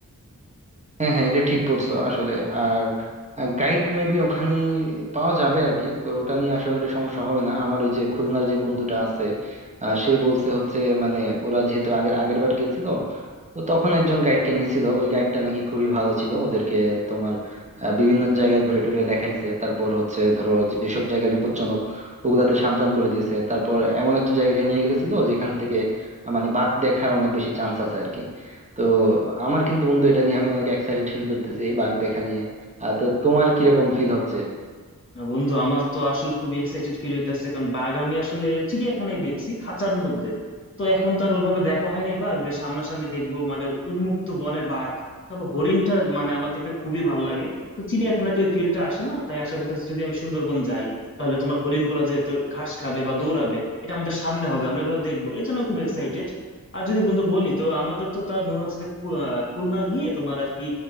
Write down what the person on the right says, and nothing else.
হ্যাঁ হ্যাঁ এটা ঠিক বলছো আসলে আর গাইড মেবি ওখানে পাওয়া যাবে আর কি তো ওটা নিয়ে আশা করি সমস্যা হবে না আমার ওই যে খুলনার যে বন্ধুটা আছে আহ, সে বলছে হচ্ছে মানে ওরা যেহেতু আগের আগের বার গেছিল তো তখন একজন গাইডকে নিয়েছিল ওই গাইডটা নাকি খুবই ভালো ছিল ওদেরকে তোমার আহ, বিভিন্ন জায়গা ঘুরে টুরে দেখাইছে তারপর হচ্ছে ধরো যেসব জায়গা বিপজ্জনক ওগুলাতে সাবধান করে দিয়েছে তারপর এমন একটা জায়গায় নিয়ে গেছিল যেখান থেকে আহ, মানে বাঘ দেখার অনেক বেশি চান্স আছে আর কি তো আমার কিন্তু বন্ধু এটা নিয়ে আমি অনেক এক্সাইটেড ফিল করতেছি এই বাঘ দেখা নিয়ে আহ তো তোমার কিরকম ফিল হচ্ছে